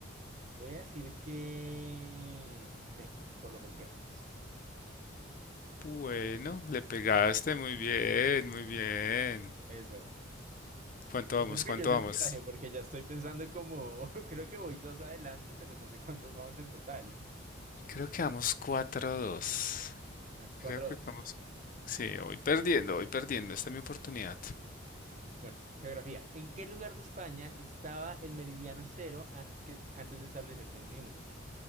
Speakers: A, on the right; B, on the left.
A: voy a decir que México, por los folclóricos.
B: Bueno, le pegaste muy bien, muy bien.
A: Eso.
B: ¿Cuánto vamos?
A: Espero que
B: ¿Cuánto
A: yo el
B: vamos?
A: puntaje porque ya estoy pensando como, <laughs> creo que voy dos adelante, pero no sé cuántos vamos en total.
B: Creo que vamos cuatro dos.
A: Bueno, cuatro
B: Creo que
A: a dos.
B: vamos Sí, voy perdiendo, voy perdiendo. Esta es mi oportunidad.
A: Bueno, geografía. ¿En qué lugar de España estaba el meridiano cero antes que, antes de establecerse en Greenwich?